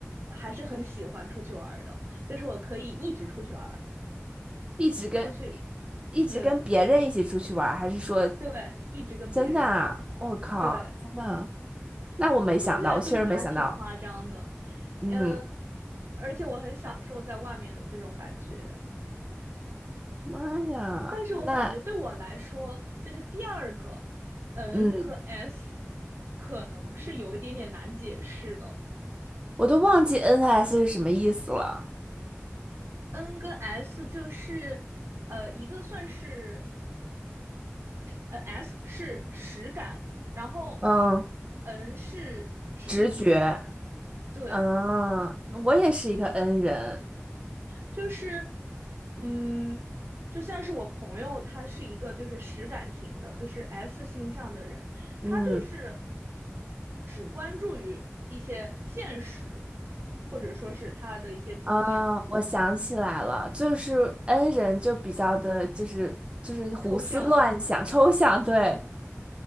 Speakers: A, on the right; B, on the right.
A: 还是很喜欢出去玩儿的，就是我可以一直出去玩儿，
B: 一直跟一一直跟别人一起出去玩儿，
A: 出去，对
B: 还是说？
A: 对，一直跟别人一起出去玩儿，
B: 真的啊我靠，
A: 对，
B: 真的，那我没想到，
A: 听起来就是还挺夸张的，
B: 我确实没想到。嗯，
A: 嗯，而且我很享受在外面的这种感觉，
B: 妈呀，
A: 但是我感觉对我来说，
B: 那
A: 就是第二个 N
B: 嗯，
A: 和 S 可能是有一点点难解释的
B: 我都忘记 NS 是什么意思了。
A: ，N 跟 S 就是。呃，一个算是呃，S 是实感，然后
B: 嗯，
A: N 是直觉，
B: 直觉。
A: 对，
B: 嗯，我也是一个 N 人。
A: 就是嗯，就像是我朋友，他是一个就是实感型的，就是 S 星象的人，
B: 嗯，
A: 他就是只关注于一些现实，或者说是他的一些经验、
B: 啊，我想起来了，就是 N 人就比较的，就是就是胡思乱想、
A: 抽象
B: <laughs> 抽象。对，